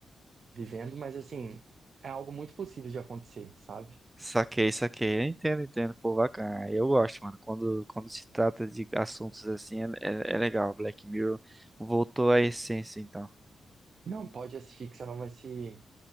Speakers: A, on the right (about 60°); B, on the right (about 20°).
A: vivendo, mas assim, é algo muito possível de acontecer, sabe?
B: Saquei, saquei. Eu Entendo, entendo. Pô, bacana. Ah, Eu gosto, mano. Quando, quando se trata de assuntos assim, é, é, é legal. Black Mirror voltou à essência, então.
A: Não pode assistir que você não vai se